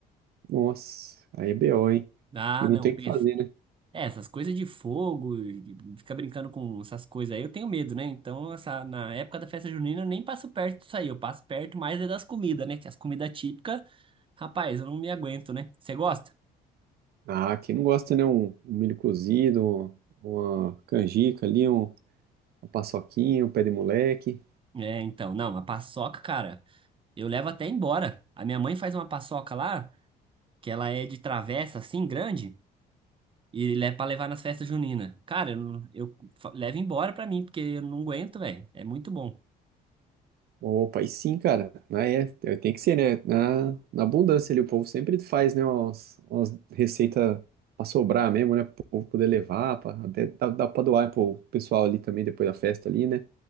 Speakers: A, on the right (about 65°); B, on the right (about 30°).
A: Nossa, aí é BO, hein?
B: Ah,
A: E não
B: não,
A: tem
B: pensa.
A: o que fazer, né?
B: É, essas coisas de fogo, e fica brincando com essas coisas aí, eu tenho medo, né? Então, essa, na época da festa junina, eu nem passo perto disso aí, eu passo perto mais é das comidas, né? Que as comidas típicas, rapaz, eu não me aguento, né? Você gosta?
A: Ah, quem não gosta, né? Um, um milho cozido, um- uma canjica ali, um, uma paçoquinha, um pé de moleque.
B: É, então, não, a paçoca, cara. Eu levo até embora. A minha mãe faz uma paçoca lá, que ela é de travessa assim, grande, e é pra levar nas festas juninas. Cara, eu, não- eu fa- levo embora pra mim, porque eu não aguento, velho. É muito bom.
A: Opa, e sim, cara. Ah, é, é, tem que ser, né? Na, na abundância ali, o povo sempre faz, né? Umas, umas receitas pra sobrar mesmo, né? Para o povo poder levar, pra, até dá, dá pra doar pro pessoal ali também, depois da festa ali, né?